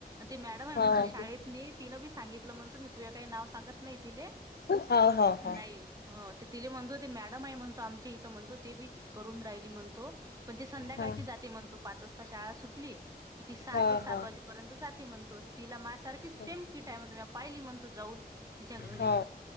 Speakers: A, on the right (about 20°); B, on the left (about 80°).
A: ते मॅडम आहे
B: हो
A: म्हण तू शाळेत नाही तिनं बी सांगितलं म्हणतो मी तुझ्या काही नाव सांगत नाही तिले.
B: हा हा.
A: नाही तिला म्हणतो ते मॅडम आहे म्हणतो आमच्या इथं म्हणतो ते बी करून राहिली म्हणतो. पण ती संध्याकाळची
B: हा
A: जाते म्हणतू पाच वाजता शाळा सुटली. कि ती सहा
B: हा
A: ते सात
B: हा
A: वाजेपर्यंत जाते म्हणतो तर तिला मा सारखी सेम
B: हो
A: किटा आहे म्हणत म पाहिली म्हणतो जाऊन. तिच्या घरी
B: हो.